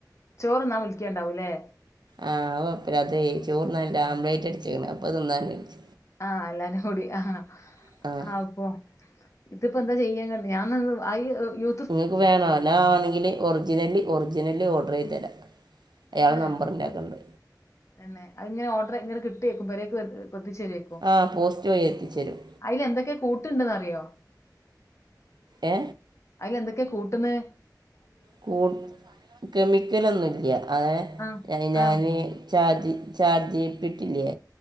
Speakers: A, on the left; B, on the right.
A: ചോറ്ന്നാ വിൾക്യാണ്ടാവൂലേ?
B: ആ അകൊയ്പല്ല്യ അതേ ചോർന്നാന് ആപ്ലേറ്റ് അട്ച്ച്ക്ണ് അപ്പോ തി ന്നാണ് വിൾച്ച.
A: ആഹ് എല്ലാരും കൂടി ആഹ്.
B: ആഹ്.
A: ആ അപ്പൊ ഇതിപ്പോ എന്താ ചെയ്യാങ്ങണ്ട് ഞാൻന്നാ പൊ ആയ് യൂ
B: നിങ്ങക്ക് വേണോ ഞാൻ വേ ണെങ്കില് ഒർജിനല് ഒർജിനല് ഓഡ്രയ്തെര അയാളെ
A: ഏഹ്
B: നമ്പറ്ന്റെല്ണ്ട്.
A: തന്നെ അത്ങ്ങെനെ ഓഡ്ര ഇങ്ങെനെ ക്‌ ട്ടേക്കും പെരേക്ക് എ ത്തിച്ചേരേക്കും.
B: ആ പോസ്റ്റവ യി എത്തിച്ചരും.
A: അയ്ല് എന്തൊക്കെ കൂട്ട്ണ്ട്ന്നറിയോ?
B: ഏ
A: അയ്ലെന്തൊക്കെ കൂട്ട്ന്ന്?
B: കൂ കെമിക്കലൊന്നുംല്ല്യ ഏ
A: ആഹ്
B: അത് ഞാന്
A: ആഹ്
B: ചാജീ ചാജീബീടില്ല്യേ